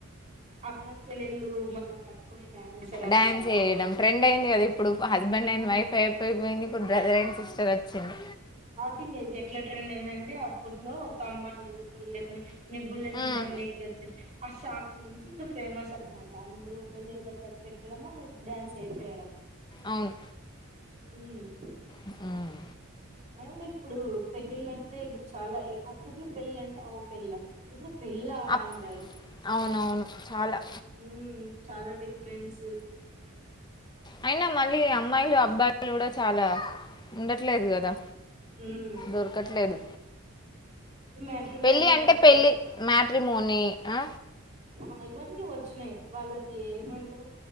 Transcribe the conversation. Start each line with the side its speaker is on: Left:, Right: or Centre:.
Right: అన్న చెల్లల్ లు మళ్ళా పట్టుకోని డ్యాన్సార
Left: డ్యాన్స్ వేయడం
Right: అది
Left: ట్రెండ్ అయింది కదా ఇప్పుడు హస్బెండ్ అండ్
Right: ఆ
Left: వైఫ్ అయిపోయిపోయింది ఇప్పుడు బ్రదర్ అండ్ సిస్టర్ వచ్చింది
Right: టింగ్ ఎట్లా ట్రెండ్ ఏందంటే అప్పట్లో ఒక అమ్మాయి ఏదో పెళ్లి చేసు నీ బుల్లెట్
Left: ఉమ్
Right: బండి ఎక్కొచేస్త <unintelligible> సాంగ్ నుంచి ఇంకా ఫేమస్ అనమాట అందరూ పెళ్ళిళ్ళ అది పెట్టడము డ్యాన్స్ ఏవి చేయడం
Left: అవును
Right: మ్మ్
Left: మ్మ్
Right: అది కూడా ఇప్పుడు పెళ్ళిళ్ళ అంటే ఇప్పుడు చాలా ఈ అప్పట్లో పెళ్ళిళ అంటే ఓ పెళ్ళ ఇప్పుడు పెళ్ళా
Left: అప్
Right: అంటారు
Left: అవునవును చాలా
Right: మ్మ్ చాలా డి ఫ్రెండ్స్
Left: అయినా మళ్ళీ అమ్మ మ్మాయిలు అబ్బాయిలు కూడా చాలా ఉండట్లేదు కదా
Right: ఉమ్
Left: దొరకట్లేదు
Right: మ్యాట్రిమోని
Left: పెళ్ళి
Right: అంట
Left: అంటే పెళ్ళి మ్యాట్రిమోని ఆ
Right: ఆ ఇవన్నీ వచ్చినాయి వాళ్ళకి ఏమంటారు